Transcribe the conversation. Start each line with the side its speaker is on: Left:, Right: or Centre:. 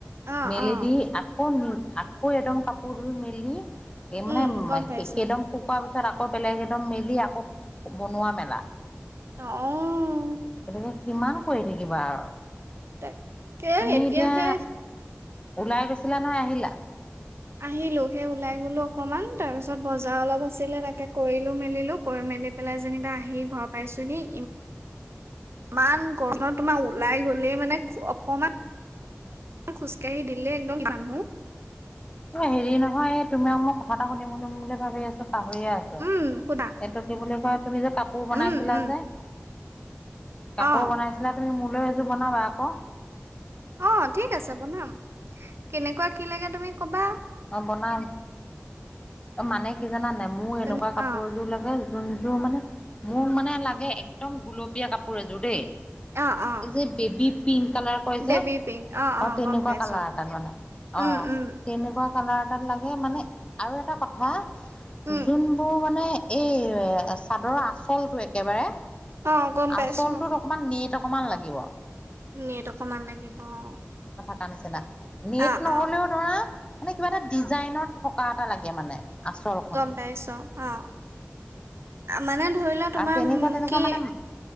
Right: অ
Left: মেলি
Right: অ
Left: দি আকৌ আকৌ, একদম কাপোৰ ধুই মেলি এই মানে,
Right: উম গম পাইছো
Left: একেদম শুকা তাৰপিছত আকৌ, বেলেগ একদম মেলি, আকৌ বনোৱা মেলা।
Right: অঁ!
Left: গতিকে, কিমান কৰি থাকিবা আৰু
Right: তাকে
Left: তুমি
Right: এতিয়াহে
Left: এতিয়া অ' ওলাই গৈছিলা নহয় আহিলা?
Right: আহিলোঁ। সেই ওলাই গলোঁ অকণমান। তাৰ পিছত, বজাৰ অলপ আছিলে, তাকে কৰিলোঁ মেলিলো কৰি মেলি পেলা পেলাই যেনিবা আহি ঘৰ পাইছোঁহি। ইমান গৰমত তোমাৰ ওলাই গ'লেই মানে, অকমান খোজকাঢ়ি দিলে একদম মানুহ
Left: হেৰি নহয়। এ, তোমাক মই কথা এটা সুধিম, সুধিম বুলি ভাবি আছোঁ! পাহৰিয়ে আছোঁ।
Right: উম সোধা
Left: এইটো কি বুলি কয়, তুমি যে কাপোৰ বনাইছিলা
Right: উম উম
Left: যে কাপোৰ
Right: অ
Left: বনাইছিলা। তুমি মোলৈ এযোৰ বনাবা আকৌ?
Right: অ'! ঠিক আছে বনাম। কেনেকুৱা কি লাগে তুমি ক'বা?
Left: অ'! বনাম। অ'! মানে, কি জানা নাই মোৰ
Right: তুমি
Left: এনেকুৱা কাপোৰ
Right: অ
Left: এযোৰ লাগে। যোন জোৰ মানে, মোৰ মানে লাগে একদম গুলপীয়া কাপোৰ এযোৰ দেই।
Right: অ অ
Left: এই যে বেবি পিংক কালাৰ কৈ যে?
Right: বেবী পিংক
Left: অ'! তেনেকুৱা
Right: গম পাইছো
Left: কালাৰ এটা লোৱানা। অ'!
Right: উম উম
Left: তেনেকুৱা কালাৰ এটাত লাগে মানে আৰু এটা কথা
Right: উম
Left: যোনবোৰ মানে, এই <unintelligible> চাদৰৰ আচলটো একেবাৰে,
Right: অ গম পাইছো
Left: আচলটো অকমান নেট অকমান লাগিব।
Right: নেট অকমান লাগিব। অ'!
Left: তাৰ নিচিনা। নেট
Right: অ
Left: নহ'লেও
Right: অ
Left: ধৰা, মানে কিবা এটা ডিজাইনত থকা এটা লাগে মানে। আচলখন
Right: গম পাইছোঁ। অ'! মানে, ধৰি লোৱা তোমাৰ
Left: তেনেকুৱা তেনেকুৱা
Right: কি?
Left: মানে